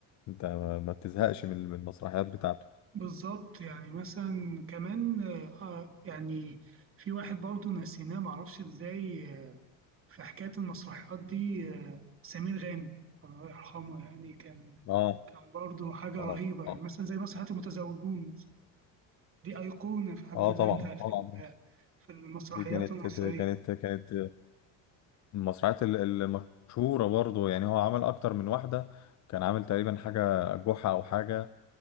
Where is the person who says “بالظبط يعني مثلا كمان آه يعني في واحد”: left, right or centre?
Right